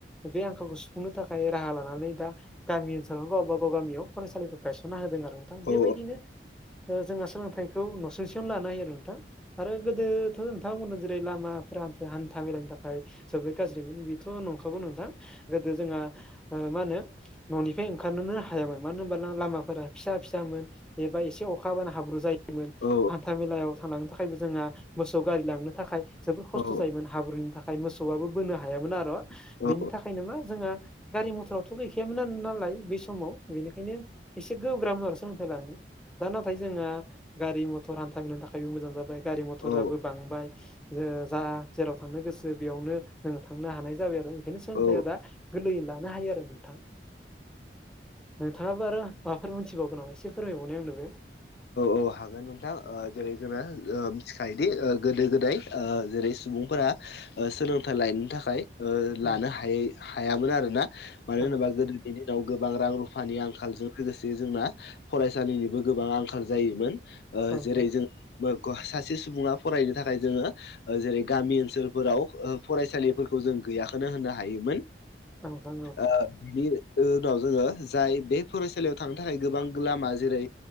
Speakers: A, in the centre; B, on the left.
A: बे आंखालखौ सुफुंनो थाखाय राहा लानानै दा गामि ओनसोलाव गावब गाव गामियाव फरायसालिफोर गायसनना होदों आरो नोंथा
B: औ
A: बेबायदिनो जोंहा सोलोंथाइखौ नसुंसेयावनो लानो हायो आरो नोंथां आरो गोदोथ' नोंथांमोन जेरै लामाफोरा हान हान्था मेलानि थाखाय जोबबोद गाज्रिमोन बेथ' नंखागौ नोंथां। गोदो जोंहा ओ मा होनो न'निफ्राय ओंखारनोनो हायामोन मानो होनबाना लामाफोरा फिसा फिसामोन एबा एसे अखा हाबानो हाब्रु जायो।
B: औ
A: हान्था मेलायाव थांलांनो थाखायबो जोंहा मोसौ गारि लांनो थाखाय जोबोद खस्थ'
B: औ
A: जायोमोन। हाब्रुनि थाखाय मोसौआबो बोनो हायामोन आर' बेनि
B: औ
A: थाखायनो मा जोंहा गारि मथरावथ' गैखायामोन नो नालाय बै समाव बेनिखायनो एसे गोब्राब मोन सोलोंथाइ लानो दा नाथाय जोंहा गारि मथर हान्था मेलानि थाखायबो मोजां जाबाय गारि मथराबो
B: औ
A: बांबाय ज जा जेराव थांनो गोसो बेयावनो जोंङो थांनो हानाय जाबाय आरो ओंखायनो सोलोंथाइया
B: औ
A: दा गोरलैयै लानो हायो आरो नोंथां। नोंथाङाबो आरो माबाफोर मोनथिबावगौ नामा एसे फोरमायबावनाय आंनोबो
B: अ हागोन नोंथां ओ जेरै जोंङो ओ मिथिखायोदि ओ गोदो गोदाय ओ जेरै सुबुंफोरा ओ सोलोंथाइ लायनो थाखाय ओ
A: औ
B: लानो हायै हायामोन आरोना मानो
A: औ
B: होनोबा गोदो बेनि उनाव गोबां रां रुफानि आंखालजों लोगोसे जोंना फरायसालिनिबो गोबां आंखाल जायो। बाय
A: नोंथां
B: ओ जेरै जों <unintelligible> सासे सुबुंङा फरायनो थाखाय जोंङो जेरै गामि ओनसोलफोराव ओ फरायसालिफोरखौ जों गैयाखौनो होननो हायोमोन।
A: औ नोंथां औ
B: ओ बिनि उनाव जोंङो जाय बे फरायसालियाव थांनो थाखाय गोबां लामा जेरै